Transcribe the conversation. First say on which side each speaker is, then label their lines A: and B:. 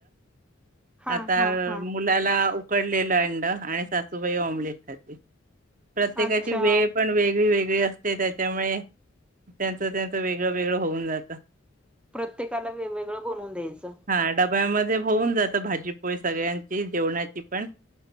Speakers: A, in the centre; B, on the right.
A: हा
B: पुलाला
A: हा हा
B: उकडलेलं अंड आणि सासूबाई ऑमलेट खाते. प्रत्येकाची
A: अच्छा
B: वेळ पण वेगळी वेगळी असते. ते त्याच्यामुळे त्यांचं-त्यांच वेगळं-वेगळं होऊन जातं.
A: प्रत्येकाला वेगवेगळं बनवून द्यायचं.
B: हा डब्यामध्ये होऊन जातं भाजीपोळी सगळ्यांची जेवणाची पण.